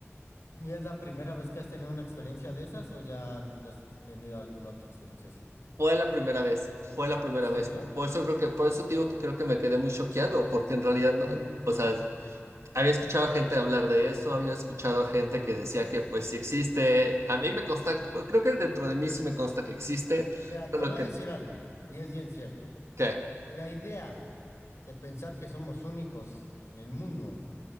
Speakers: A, on the left; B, on the right.
A: ¿Y es la primera vez que has tenido una experiencia de esas o ya has tenido alguna otra experiencia así?
B: Fue la primera vez, fue la primera
A: ¿En serio?
B: vez. Por eso creo que, por eso te digo que creo que me quedé muy choqueado, porque en realidad,
A: Ujú.
B: no- o sea, había escuchado a gente hablar de eso, había escuchado a gente que decía
A: Eh,
B: que pues sí existe. A mí me consta, bueno, creo que dentro de mí sí me consta que existe,
A: Mira,
B: solo
A: te voy
B: que,
A: a decir algo, y es bien cierto.
B: ¿qué?
A: La idea de pensar que somos únicos en el mundo,